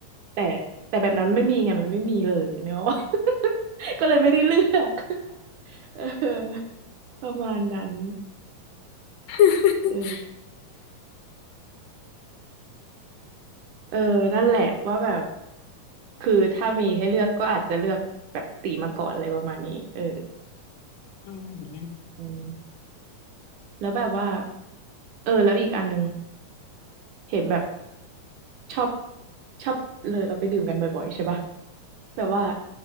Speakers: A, on the right; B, on the left.
A: แต่แต่แบบนั้นไม่มีไงมันไม่มีเลยนึกออกปะ <laughs> ก็เลยไม่ได้เลือก <laughs> เออประมาณนั้น
B: <laughs>
A: เออ เออนั่นแหละว่าแบบ คือถ้ามีให้เลือกก็อาจจะเลือกแบบตีมาก่อนอะไรประมาณนี้เออ
B: อืม
A: อืมแล้วแบบว่า เออแล้วอีกอันหนึงเห็นแบบชอบชอบเลยเราไปดื่มกันบ่อยๆใช่ปะ แบบว่า